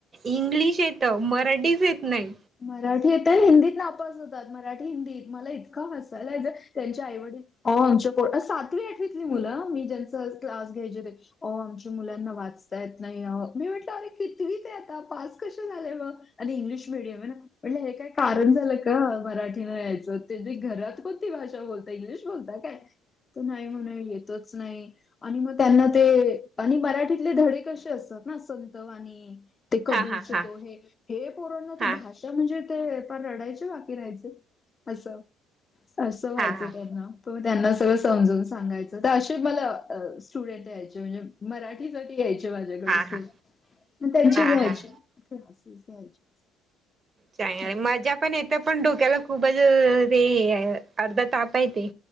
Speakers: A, on the right; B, on the left.
A: इंग्लिश येत म मराठी च येत नाही.
B: मराठी येत हिंदीत नापास होतात मराठी हिंदीत मला इतक हसायला येतं त्यांच्या आईवडील आमच्या सातवी आठवीतली मुलं मी ज्यांच क्लास घ्यायचे ते अ आमच्या मुलांना वाचता येत नाही मी म्हटलं अरे कितवी ते आता पास कसे झाले मग आणि इंग्लिश मीडयम आहे ना. म्हण हे काय कारण झालं का मराठीन यायचं त्यां घरात कोणती भाषा बोलता इंग्लिश बोलता काय त नाही म्हणे येतोच नाही. आणि मग त्यांना ते आणि मराठीतले धडे कसे असतात ना संत आणि ते कबीरचे
A: हा हा हा
B: दोहे हे पोरांना
A: हा
B: असं म्हणजे ते पण रडायचे बाकी राहायचे असं असं व्हायचं
A: हा हा
B: त्यांना. त म त्यांना सगळं समजून सांगायचं तर असे मला स्टुडन्ट यायचे म्हणजे मराठी यायचे माझ्याकडे
A: हा
B: स्टुडन्ट
A: हा
B: त्यांचे
A: हा
B: घ्यायचे
A: हा
B: क्लासेस घ्यायचे.
A: चांग
B: असं.
A: मजा पण येत पण डोक्याला खूपच ते अर्धा ताप आहेेते.